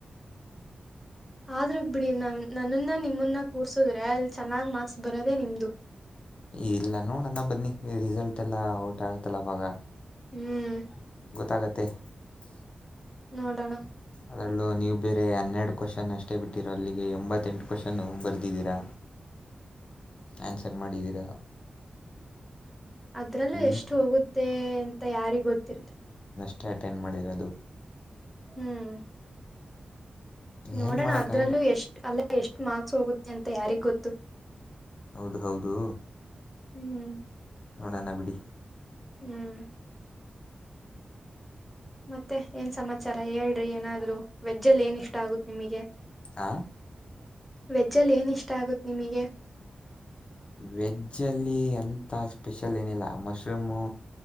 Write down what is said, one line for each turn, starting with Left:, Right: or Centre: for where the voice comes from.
Centre: ಆದ್ರೂ ಬಿಡಿ ನ ನನ್ನನ್ನ ನಿಮ್ಮನ್ನ ಕೂರ್ಸುದ್ರೆ ಅಲ್ಲಿ ಚೆನ್ನಾಗಿ ಮಾರ್ಕ್ಸ್ ಬರೋದೆೇ ನಿಮ್ದು
Left: ಇಲ್ಲ ನೋಡಣ ಬನ್ನಿ ರಿಸಲ್ಟ್ ಎಲ್ಲಾ ಔಟ್ ಆಗತ್ತಲ್ಲ ಅವವಾಗ
Centre: ಹ್ಮ್
Left: <unintelligible>
Centre: ನೋಡಣ
Left: ಅದರಲ್ಲೂ ನೀವು ಬೇರೆ ಹನ್ನೆರಡು ಕ್ವಶ್ನ್ ಅಷ್ಟೇ ಬಿಟ್ಟಿರೋ ಅಗೆ ಎಂಬತ್ತು ಹತ್ತೆಂಟು ಕ್ವೆಶನ್ನು ಬರೆದಿದ್ದೀರಾ ಆನ್ಸರ್ ಮಾಡಿದ್ದೀರಾ
Centre: ಅದ್ರಲ್ಲೂ
Left: ಹ್ಞೂ
Centre: ಎಷ್ಟು ಹೋಗುತ್ತೆ ಅಂತ ಯಾರಿಗ್ ಗೊತ್ತಿರುತ್ತೆ
Left: ಸ್ಟಟೈನ್ ಮಾಡಿರೋದು
Centre: ಹ್ಮ್ ನೋಡೋಣ
Left: ಏನು ಮಾಡೋಕ್ಕಾಗಲ್ಲ
Centre: ಅದ್ರಲ್ಲೂ ಎಷ್ಟ ಅಲ್ಲ ಎಷ್ಟು ಮಾರ್ಕ್ಸ್ ಹೋಗುತ್ತ ಎಂತ ಯಾರಿಗ್ ಗೊತ್ತು
Left: ಹೌದ ಹೌದು
Centre: ಹ್ಮ್
Left: ಅವಡನ್ನ ಬಿಡಿ
Centre: ಹ್ಮ್ ಮತ್ತೆ ಏನ್ ಸಮಾಚಾರ ಹೇಳಏ್ರ ಏನಾದ್ರು ವೆಜ್ಜಲ್ಲಿ ಏನಿಷ್ಟ ಆಗುತ್ತೆ ನಿಮಗೆ
Left: ಹಾಂ
Centre: ವೆಜ್ಜಲ್ಲಿ ಏನಿಷ್ಟ ಆಗುತ್ತೆ ನಿಮಗೆ
Left: ವೆಜ್ಜಲ್ಲಿ ಎಂಥ ಸ್ಪೆಷಲ್ ಏನಿಲ್ಲ ಮಶ್ರೂಮು